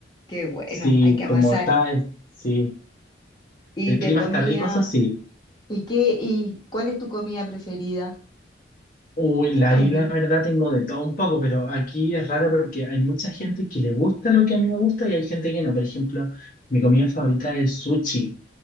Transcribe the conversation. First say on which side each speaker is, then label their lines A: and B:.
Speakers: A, on the left; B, on the left.
A: qué bueno,
B: Sí,
A: hay que amasar.
B: como está, es- sí,
A: Y
B: el
A: de
B: clima
A: comida,
B: está rico, eso sí.
A: ¿y qué, y cuál es tu comida preferida?
B: Uy,
A: ¿Qué
B: la
A: comí?
B: ahí la verdad tengo de todo un poco, pero aquí es raro porque hay mucha gente que le gusta lo que a mí me gusta y hay gente que no. Por ejemplo, mi comida favorita es el sushi.